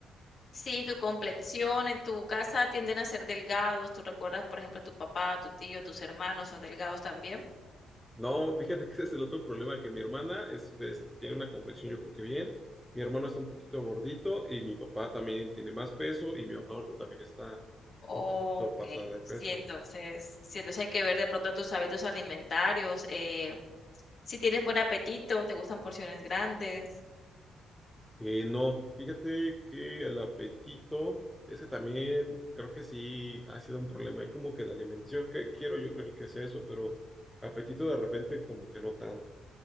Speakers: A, on the left; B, in the centre.
A: Sí, tu complexión en tu casa tienden a ser delgados. ¿Tú recuerdas, por ejemplo, tu papá, tu tío, tus hermanos son delgados también?
B: No, fíjate que ese es el otro problema, que mi hermana es, es- tiene una complexión yo creo que bien, mi hermano está un poquito gordito y mi papá también tiene más peso y mi mamá ahorita también está
A: Ok,
B: un poquito pasada de peso.
A: sí, entonces, sí, entonces hay que ver de pronto tus hábitos alimentarios. eh, si tienes buen apetito, te gustan porciones grandes.
B: Eh, no, fíjate que el apetito es que también creo que sí ha sido un problema ahí como que de alimentación, que quiero yo creo que sea eso, pero apetito de repente como que no tanto.